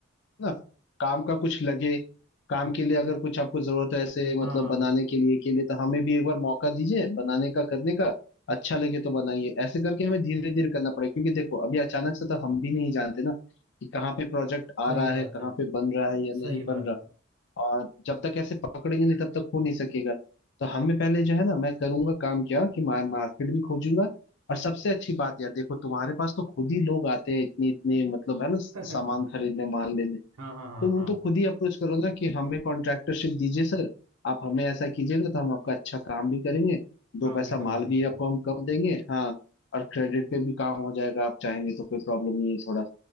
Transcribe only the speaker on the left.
ना काम का कुछ लगे काम के लिए अगर कुछ आपको जरूरत है ऐसे
मतलब बनाने के लिए के लिए तो हमें भी एक बार मौका दीजिए बनाने का करने का अच्छा लगे तो बनाइए ऐसे करके हमें धीरे धीरे करना पड़ेगा क्योंकि देखो अभी अचानक से तो हम भी नहीं जानते ना कि कहाँ पे प्रोजेक्ट आ
रहा
है कहाँ
पे बन रहा है या नहीं
बन
रहा और जब तक ऐसे पकड़ेंगे नहीं तब तक हो नहीं सकेगा तो हमें पहले जो है ना मैं करूंगा काम क्या कि मैं मार्केट भी खोजूंगा और सबसे अच्छी बात यार देखो तुम्हारे पास तो खुद ही लोग आते हैं इतने इतने मतलब है ना
सामान खरीदने माल लेने
तुम
उनको खुद ही अप्रोच करो ना कि हमें कॉन्ट्रैक्टरशिप दीजिए सर आप हमें ऐसा कीजिएगा तो हम आपका अच्छा काम भी करेंगे दो
पैसा
माल
भी आपको हम कम देंगे हाँ और क्रेडिट पे भी काम हो जाएगा आप चाहेंगे तो कोई प्रॉब्लम नहीं है थोड़ा